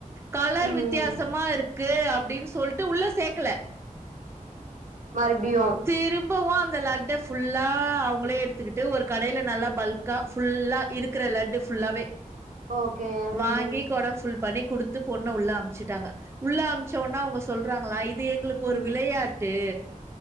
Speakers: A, on the right; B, on the right.
A: கலர்
B: ம்
A: வித்தியாசமா இருக்கு அப்படின்னு சொல்ட்டு உள்ள சேக்கல
B: மறுபடியு
A: திரும்பவு அந் அந்த லட்ட புல்லா அவங்களே எடுத்துக்கிட்டு ஒரு கடயில நல்லா பல்கா ஃபுல்லா இருக்கிற லட்டு ஃபுல்லாவே
B: ஓகே ம்
A: வாங்கி கொடோ ஃபுல் பண்ணி குடுத்து பொண்ண உள்ள அமுச்சிட்டாங்க உள்ள அமுச்ச ஒடனே அவங்க சொல்றாங்களா இது எங்களுக்கு
B: ம்
A: ஒரு விளையாட்டு